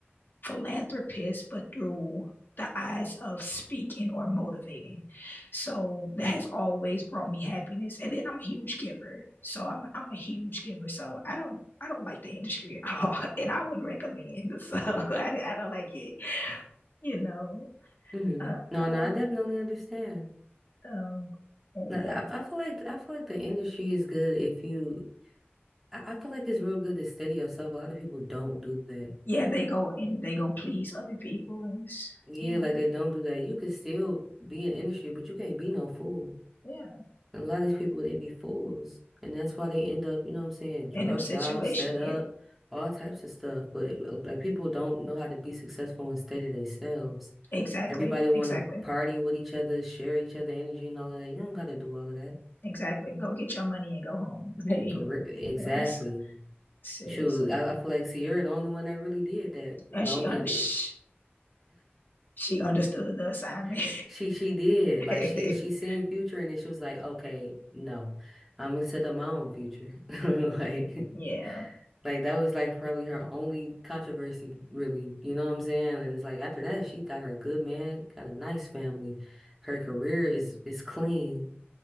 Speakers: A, on the left; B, in the centre.
A: philanthropist, but through the eyes of speaking or motivating. So that has always brought me happiness. And then I'm a huge giver. So I'm a, I'm a huge giver. So I don't I don't like the industry at <laughs> all, and I wouldn't recommend. <laughs> So I, I don't like it. You know,
B: Mm-hmm.
A: uh,
B: No,
A: uh,
B: no, I definitely understand.
A: Um, and
B: No,
A: yeah,
B: I, I feel like I feel like the industry is good if you. I, I feel like it's real good to steady yourself. A lot of people don't do that.
A: yeah, they go and they go please other people, and it's
B: Yeah,
A: yeah,
B: like they don't do that. You can still be in industry, but you can't be no fool.
A: yeah,
B: And a lot of these people, they be fools, and that's why they end up, you know what I'm saying, drugged
A: in them situation,
B: out, set
A: yeah,
B: up, all types of stuff. But uh, like people don't know how to be successful and steady themselves.
A: exactly,
B: Everybody want
A: exactly,
B: to party with each other, share each other energy and all of that. You don't got to do all of that
A: exactly. Go get your money and go home. Hey,
B: for real. Exactly.
A: Like, s- seriously,
B: Shoot, I, I feel like Sierra the only one that really did that. The
A: and she
B: only
A: under
B: and it,
A: shh, she understood the assignment.
B: <laughs> she she did
A: <laughs>
B: like she she seen Future and then she was like, okay, no, I'm gonna set up my own future. <laughs> Like
A: Yeah,
B: like that was like probably her only controversy, really. You know what I'm saying? And it's like after that, she got her a good man, got a nice family. Her career is is clean.